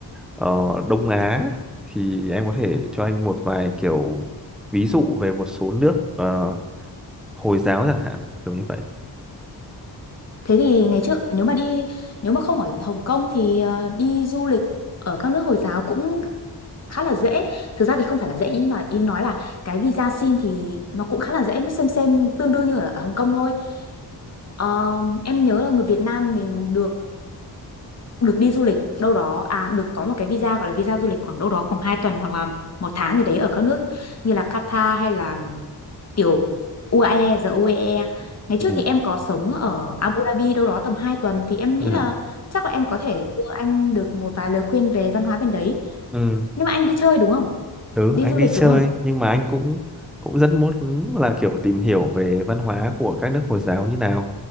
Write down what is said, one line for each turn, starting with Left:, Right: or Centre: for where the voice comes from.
Centre: ờ, Đông Á thì em có thể cho anh một vài kiểu ví dụ về một số nước ờ, Hồi giáo chẳng hạn kiểu như vậy
Left: Thế thì ngày trước nếu mà đi nếu mà không ở Hồng Kông thì ờ, đi du lịch ở các nước Hồi giáo cũng khá là dễ. Thực ra thì không phải là dễ nhưng mà ý nói là cái visa xin thì nó cũng khá là dễ, nó xem xem tương đương như ở ở Hồng Kông thôi. Ờ, em nhớ là người Việt Nam mình được được đi du lịch đâu đó à được có một cái visa gọi là visa du lịch khoảng đâu đó khoảng 2 tuần hoặc là một tháng gì đấy ở các nước như là Qatar hay là tiểu UAE giờ UAE ngày trước
Centre: Ừ.
Left: thì em có sống ở Abu Dhabi đâu đó tầm 2 tuần thì em
Centre: ừ
Left: nghĩ là chắc là em có thể đưa anh được một vài lời khuyên về văn hóa bên đấy
Centre: ừ
Left: nhưng mà anh đi chơi đúng không
Centre: ừ
Left: đi
Centre: anh
Left: du
Centre: đi
Left: lịch
Centre: chơi
Left: đúng không
Centre: nhưng mà anh cũng cũng rất muốn là kiểu tìm hiểu về văn hóa của các nước Hồi giáo như nào